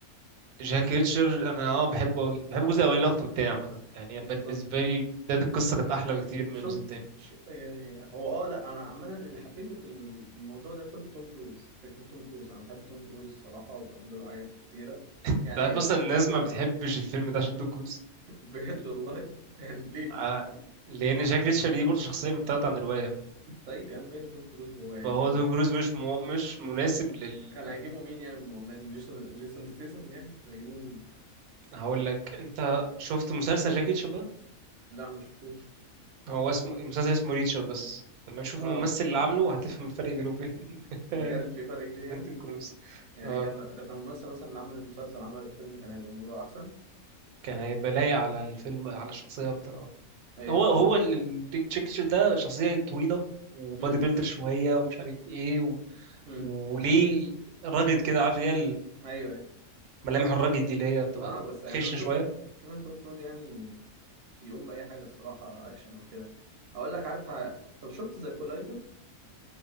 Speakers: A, on the right; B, on the right.
A: جاك ريتشر انا اه بحبه قوي بحب الجزء الاولاني اكتر من التاني عامه يعني
B: بالظبط
A: بالنسبه لي بدايه القصه كانت احلى بكتير
B: طب
A: من
B: شفت
A: الجزء التاني
B: ش... يعني هو اه لا انا عامه اللي حبيته في الموضوع ده كله توم كروز فكره توم كروز انا بحب توم كروز الصراحه وبحب له حاجات كتيره
A: انت
B: يعني
A: عارف اصلا
B: <laughs>
A: الناس ما بتحبش الفيلم ده عشان توم كروز
B: بجد والله يعني ليه
A: آه، لان جاك ريتشر دي برضه شخصيه متاخده عن روايه
B: طيب يا عم ماله توم كروز هو يعني
A: فهو توم كروز مش مو... مش مناسب لل
B: كان هيجيبوا مين يعني بمناسبة جيسون جيسون ستيسن يعني كان هيجيبوا مين
A: هقول لك انت شفت مسلسل جاك ريتشر بقى
B: لا ما شفتوش
A: هو اسمه المسلسل اسمه ريتشر بس لما شوف
B: اه
A: الممثل اللي عامله هتفهم الفرق بينه وبين <laughs>
B: بجد في فرق كبير
A: بين
B: يعني
A: توم كروز
B: يعني
A: اه
B: كان لو كان الممثل مثلا اللي عمل المسلسل عمل الفيلم كان هيبقى الموضوع احسن
A: كان هيبقى لايق على الفيلم على الشخصيه اكتر اه
B: ايوه
A: هو
B: فاهم
A: هو التشيكتشر ده شخصية طويلة وبادي
B: امم
A: بيلدر شوية ومش عارف ايه و...
B: امم
A: وليه راجد كده عارف اللي هي
B: ايوه أيوة.
A: الملامح الراجد دي اللي هي بتبقى
B: اه بس يعني
A: خشنة
B: انا شوف
A: شوية
B: شوف إن توم كروز يعني يقوم باي حاجه الصراحه اكشن او كده اقول لك عارف ع- طب شفت ذا كولايزر